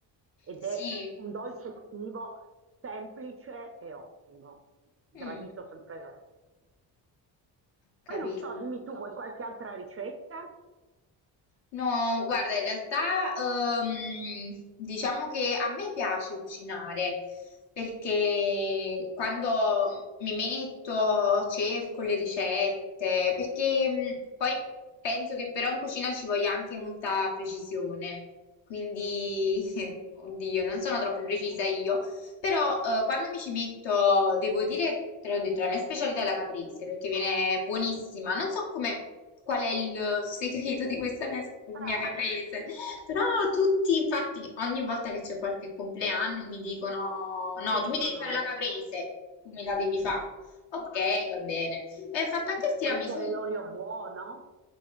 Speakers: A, on the right (about 30°); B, on the left (about 65°).
A: Ed
B: Sì,
A: è un dolce estivo semplice e ottimo, gradito
B: mm,
A: sempre da tutti.
B: capisco.
A: Poi non so, dimmi tu, vuoi qualche altra ricetta?
B: No, guarda, in realtà ehm, diciamo che a me piace cucinare perché quando mi metto cerco le ricette, perché mh, poi penso che però in cucina ci voglia anche molta precisione, quindi <laughs> oddio, non sono troppo precisa io, però eh, quando mi ci metto, devo dire, te l'ho detto, la mia specialità è la caprese perché viene buonissima. Non so come, qual è il segreto di questa mia,
A: Ah,
B: mia caprese, però tutti, infatti, ogni volta che c'è qualche compleanno mi dicono:
A: ti
B: No,
A: chiedono,
B: tu mi devi fare la caprese, tu me la devi fare. Ok, va bene. E ho fatto anche il tiramisù.
A: può essere l'olio buono?